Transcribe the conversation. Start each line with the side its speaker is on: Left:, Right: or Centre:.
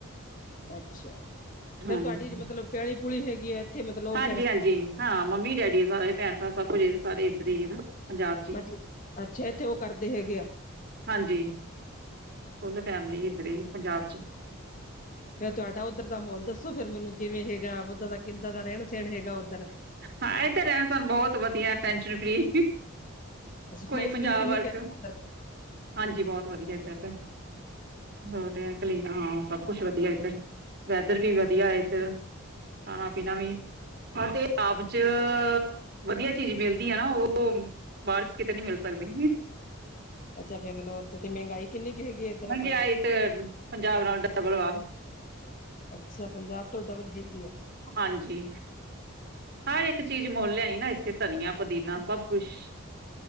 Left: ਅੱਛਾ
Right: ਹਾਂਜੀ
Left: ਫਿਰ ਤੁਹਾਡੀ ਮਤਲਬ ਪਿਆਲੀ ਪੂਲੀ ਹੈਗੀ ਹੈ। ਇੱਥੇ ਮਤਲਬ ਉਹ
Right: ਹਾਂਜੀ
Left: ਫੇਰ
Right: ਹਾਂਜੀ ਹਾਂ ਮੰਮੀ ਡੈਡੀ ਸਾਰੇ ਭੈਣ ਭਰਾ ਸਭ ਕੁਝ ਸਾਰੇ ਇੱਧਰ ਹੀ ਹਨਾ। ਪੰਜਾਬ ਚ ਹੀ
Left: ਅੱਛਾ ਜੀ ਅੱਛਾ ਉਹ ਕਰਦੇ ਹੈਗੇ ਆ।
Right: ਹਾਂਜੀ ਫੁੱਲ ਫੈਮਲੀ ਇੱਧਰ ਹੀ ਪੰਜਾਬ ਚ।
Left: ਫਿਰ ਤੁਹਾਡਾ ਉੱਧਰ ਦਾ ਮਾਹਲ ਦੱਸੋ ਫਿਰ ਮੈਨੂੰ ਕਿਵੇਂ ਹੈਗਾ ਉੱਦਾਂ ਦਾ ਕਿੱਦਾਂ ਦਾ ਰਹਿਣ ਸਹਿਣ ਹੈਗਾ। ਉੱਧਰ
Right: ਹਾਂ ਇਹ ਤੇ ਰਹਿਣ ਸਹਿਣ ਬਹੁਤ ਵਧੀਆ ਟੈਨਸ਼ਨ ਫਰੀ
Left: ਸਫ਼ਾਈ
Right: ਕੋਈ
Left: ਸਫੂਈ
Right: ਪੰਜਾਬ
Left: ਕਿੰਨੀ
Right: ਵਰਗ
Left: ਕੁ ਹੈ ਉੱਧਰ
Right: ਹਾਂਜੀ ਬਹੁਤ ਵਧੀਆ ਇਧਰ ਤੇ ਰੋਂਡ ਡੈਂਟ ਕਲੀਨ ਹਾਂ ਸਭ ਕੁਛ ਵਧੀਆ ਇੱਧਰ ਵੈਦਰ ਵੀ ਵਧੀਆ ਇੱਧਰ ਖਾਣਾ ਪੀਣਾ ਵੀ। ਅਤੇ ਆਪ ਚ ਵਧੀਆ ਚੀਜ਼ ਮਿਲਦੀ ਆ ਨਾ ਉਹ। ਬਾਹਰ ਕਿਤੇ ਨੀ ਮਿਲ ਸਕਦੇ।
Left: ਅੱਛਾ ਬੰਗਲੌਰ ਚ ਤੇ ਮਹਿੰਗਾਈ ਕਿੰਨੀ ਹੈਗੀ ਹੈ ਇੱਧਰ
Right: ਮਹਿੰਗਾਈ
Left: ਆਪਣੇ।
Right: ਤੇ ਪੰਜਾਬ ਨਾਲ ਡਬਲ ਵਾ।
Left: ਅੱਛਾ ਪੰਜਾਬ ਤੋਂ ਡਬਲ ਹੈਗੀ ਆ।
Right: ਹਾਂਜੀ ਹਰ ਇੱਕ ਚੀਜ਼ ਮੁੱਲ ਲਿਆਈ ਨਾ ਇੱਥੇ ਧਨੀਆ ਪੁਦੀਨਾ ਸਭ ਕੁਛ